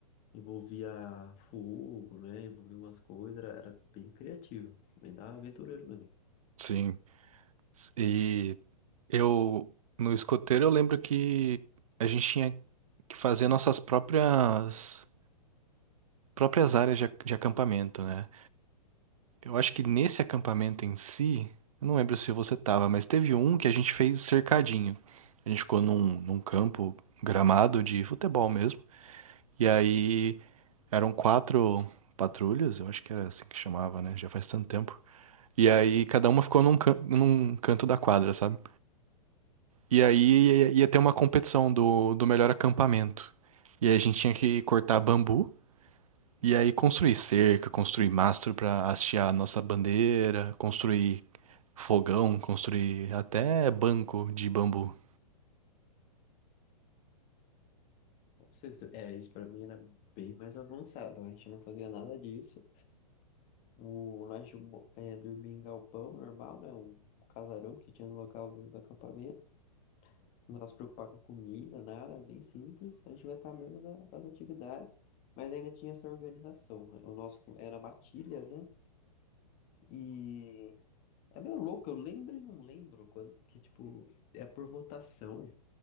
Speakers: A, on the left (about 35°); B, on the right (about 60°).
A: Envolvia fogo, né? Envolvia umas coisas, era, era bem criativo, bem da aventureiro mesmo.
B: sim. E eu, no escoteiro, eu lembro que a gente tinha que fazer nossas próprias. próprias áreas de, ac- de acampamento, né? Eu acho que nesse acampamento em si, eu não lembro se você tava, mas teve um que a gente fez cercadinho. A gente ficou num, num campo gramado de futebol mesmo. E aí eram quatro patrulhas, eu acho que era assim que chamava, né? Já faz tanto tempo. E aí cada uma ficou num, can- num canto da quadra, sabe? E aí ia, ia ter uma competição do, do melhor acampamento. E aí a gente tinha que cortar bambu. E aí construir cerca, construir mastro para hastear a nossa bandeira, construir fogão, construir até banco de bambu.
A: Não sei se- é, isso pra mim era bem mais avançado, a gente não fazia nada disso. O, lá a gente mo- é, dormia em galpão normal, né? Um, um casarão que tinha no local do, do acampamento. Não se preocupar com comida, nada, era bem simples. A gente gostava mesmo da- das atividades, mas ainda tinha essa organização. né? O nosso era matilha, né? E É meio louco, eu lembro e não lembro quando, que tipo, é por votação.